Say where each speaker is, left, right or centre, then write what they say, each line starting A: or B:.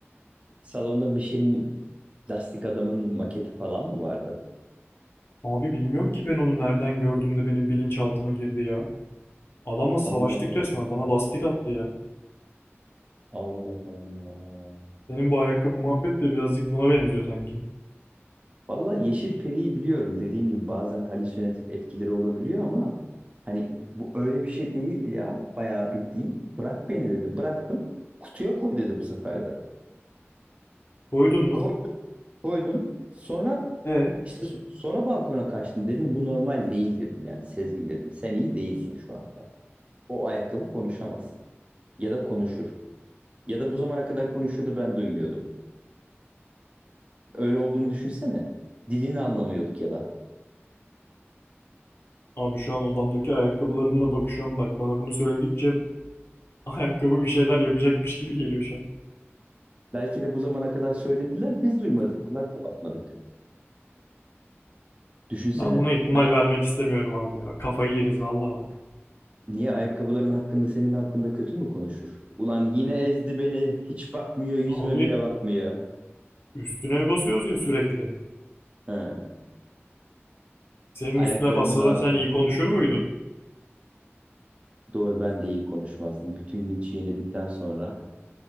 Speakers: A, on the right (about 25°); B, on the left (about 55°).
A: Salonda bir şeyin Lastik Adam'ın maketi falan mı vardı?
B: Abi bilmiyorum ki ben onu nereden gördüm de benim bilinçaltıma girdi ya. Adamla savaştık
A: Allah Allah.
B: resmen. Bana lastik attı ya.
A: Allah Allah.
B: Senin bu ayakkabı muhabbet de birazcık buna benziyor sanki.
A: Vallahi Yeşil Peri'yi biliyorum. Dediğin gibi bazen halüsinatif etkileri olabiliyor ama hani bu öyle bir şey değildi ya. Bayağı bildiğin. Bırak beni dedi. Bıraktım. Kutuya koy dedi bu sefer de.
B: Koydun mu?
A: Koy- koydum. Sonra
B: E
A: işte so- sonra balkona kaçtım. Dedim bu normal değil dedim. Yani Sezgin dedim. Sen iyi değilsin şu anda. O ayakkabı konuşamaz. Ya da konuşur. Ya da bu zamana kadar konuşuyordu ben duymuyordum. Öyle olduğunu düşünsene. Dilini anlamıyorduk ya da.
B: abi şu an odamdaki ayakkabılarımla bakışıyorum. Bak bana bunu söyledikçe Ayakkabı bir şeyler yapacakmış gibi geliyor şu an.
A: Belki de bu zamana kadar söylediler, biz duymadık, kulakla bakmadık. Düşünsene.
B: Ben buna ihtimal
A: Ayak-
B: vermek istemiyorum abi ya. Kafayı yeriz vallahi bak.
A: niye ayakkabıların hakkında senin hakkında kötü mü konuşur? Ulan yine ezdi beni, hiç bakmıyor, yüzüme
B: Abi
A: bile bakmıyor.
B: üstüne basıyoruz ya sürekli.
A: Ha,
B: Senin
A: ayaklarımın
B: üstüne bassalar
A: altına.
B: sen iyi konuşur muydun?
A: Doğru ben de iyi konuşmazdım. Bütün gün çiğnedikten sonra